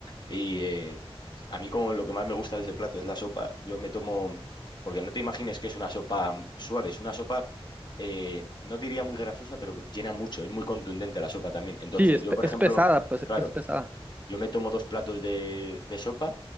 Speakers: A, on the left; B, on the right.
A: y, eh, a mí como lo que más me gusta de ese plato es la sopa, yo me tomo, porque no te imagines que es una sopa mm, suave, es una sopa, eh, no diría muy grasosa, pero llena mucho, es muy contundente la sopa también. Entonces,
B: sí, es,
A: yo,
B: pe-
A: por
B: es
A: ejemplo,
B: pesada, pues,
A: claro,
B: es pesada.
A: yo me tomo dos platos de, de sopa